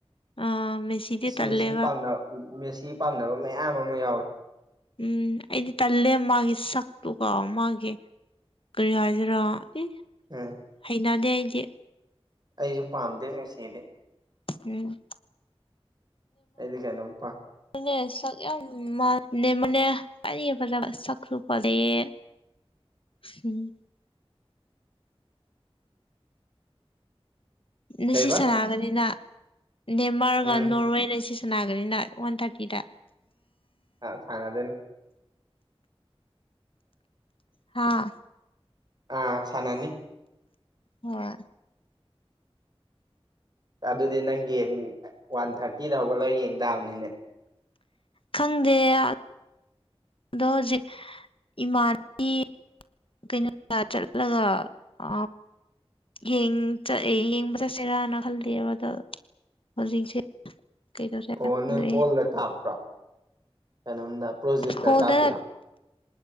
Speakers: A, on the left (about 60°); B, on the right (about 40°).
A: ꯑꯥ ꯃꯦꯁꯤꯗꯤ
B: ꯏꯁ
A: ꯇꯜꯂꯦꯕ
B: ꯃꯦꯁꯤ ꯄꯥꯝꯗꯞ ꯃꯦꯁꯤ ꯄꯥꯝꯅꯕ ꯃꯌꯥꯝ ꯑꯃ ꯌꯥꯎꯋꯤ
A: ꯎꯝ ꯑꯩꯗꯤ ꯇꯜꯂꯦ ꯃꯥꯒꯤ ꯁꯛꯇꯨꯒꯥ ꯃꯥꯒꯤ ꯀꯔꯤ ꯍꯥꯏꯖꯤꯔꯥ ꯑꯤ
B: ꯎꯝ
A: ꯍꯩꯅꯗꯦ ꯑꯩꯗꯤ
B: ꯑꯩꯖꯨ ꯄꯥꯝꯗꯦ ꯃꯦꯁꯤꯗꯤ
A: ꯎꯝ
B: ꯑꯩꯗꯤ ꯀꯩꯅꯣ ꯄꯥ
A: ꯗꯨꯅꯦ ꯁꯛ ꯌꯥꯝ ꯃꯥ ꯅꯦꯝꯕꯅꯦ ꯑꯩꯅ ꯐꯖꯕ ꯁꯛꯁꯨ ꯐꯖꯩꯌꯦ
B: <inaudible>
A: <unintelligible> ꯅꯤꯁꯤ
B: ꯀꯩꯕ
A: ꯁꯥꯟꯅꯒꯅꯤꯅ ꯅꯦꯃꯥꯔꯒ
B: ꯎꯝ
A: ꯅꯣꯔꯋꯦ <unintelligible> ꯅꯤꯁꯤ ꯁꯥꯟꯅꯒꯅꯤꯅ ꯋꯥꯟ ꯊꯥꯔꯇꯤꯗ
B: ꯑ ꯁꯥꯟꯅꯗꯣꯏꯅꯤ
A: ꯍꯥꯥ
B: ꯑꯥ ꯁꯥꯟꯅꯅꯤ
A: ꯍꯣꯏ
B: ꯑꯗꯨꯗꯤ ꯅꯪꯒꯤ ꯋꯥꯟ ꯊꯥꯔꯇꯤꯗ ꯍꯧꯒꯠꯂꯒ ꯌꯦꯡ ꯇꯥꯕꯅꯤꯅꯦ
A: ꯈꯪꯗꯦ ꯑꯗꯣ ꯍꯧꯖꯤꯛ ꯏꯃꯥ <unintelligible> ꯀꯩꯅꯣꯗ ꯆꯠꯂꯒ ꯑ ꯌꯦꯡ ꯆꯠ ꯌꯦꯡꯕ ꯆꯠꯁꯤꯔꯥꯅ ꯈꯜꯂꯤꯕ ꯑꯗꯣ ꯍꯧꯖꯤꯛꯁꯦ ꯀꯩꯗꯧꯁꯤꯔ
B: ꯑꯣ
A: ꯈꯪꯗꯦ
B: ꯅꯣꯏ ꯍꯣꯜꯗ ꯀꯥꯞꯄ꯭ꯔꯣ ꯀꯩꯅꯣꯝꯗ ꯄ꯭ꯔꯣꯖꯦꯛꯇꯔ
A: ꯍꯣꯜꯗ
B: ꯀꯥꯞꯄꯤꯔꯣ